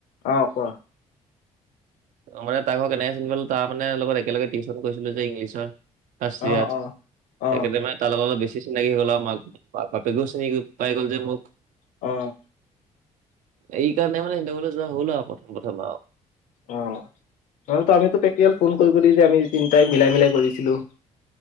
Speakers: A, on the left; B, on the right.
A: অ কোৱা
B: অ মানে তাৰ ঘৰ কেনেকে চিনিপালো তাৰ মানে লগত একেলগে টিউশ- শ্যন কৰিছিলো যে ইংলিছৰ ফাৰ্ষ্ট
A: অ
B: ইয়েৰত
A: অ
B: সেইকাৰণে
A: অ
B: তাক তাৰ লগত অলপ বেছি চিনাকি হৈ গ'ল আও মাক বাপেকেও চিনি পাই গ'ল যে মোক।
A: অ।
B: এই কাৰণে মানে হেঁতঘৰলে যোৱা হল আও প্ৰথম প্ৰথম আও
A: অ নহলেতো আমিতো প্ৰেক্টিকেল ফোন কৰি কৰি যে আমি তিনিটাই মিলাই মিলাই কৰিছিলো।